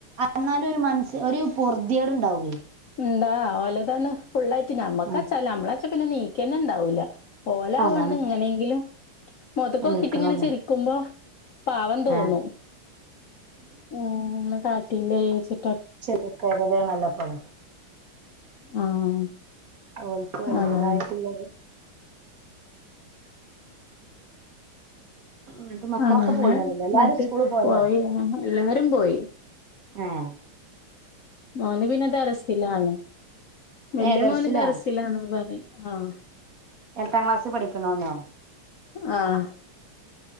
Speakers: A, on the right (about 50°); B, on the left (about 75°).
A: എന്നാലും ഒരു മനസ് ഒരു പർതിയേട് ഉണ്ടാവേ
B: എന്താ വലതാണ് ഫുള്ളായിട്ട് നമ്മക്കച്ച
A: ആഹ്
B: നമ്മളൊക്കെ പിന്നെ നീക്കന്നെ ഉണ്ടാവില്ല ഓലാവ
A: അതാണ്
B: കൊണ്ട് ഇങ്ങനെങ്കിലും മുഖത്തക്കൊക്കിട്ട്
A: എണീക്കണുള്ളൂ
B: ഇങ്ങനെ ചിരിക്കുമ്പോ പാവം തോന്നും
A: ആഹ്
B: ഉങ്ങനെ ന്ന ച <inaudible>
A: ചരി <inaudible> തയാണല്ലപ്പഴ
B: ആഹ്
A: ഓൽക്കും അതിന്റേതായിട്ടുള്ളത്
B: അതാണ്
A: എന്നിട്ട് മക്കളൊക്കെ
B: അങ്ങനെ
A: പോയിണല്ലല്ലോ
B: എന്നിട്ട്
A: എല്ലാരും സ്കൂള് പോയോ
B: പോയില്ല രും പോയി
A: ആഹ്
B: മോന് പിന്നെ ദറസിലണ് വല്യ
A: ഏ ദർസിലോ
B: മോനും ദറസിലാണ് പറയ ആഹ്
A: എട്ടാം ക്ലാസ് പഠിക്കണോനൊ
B: ആഹ്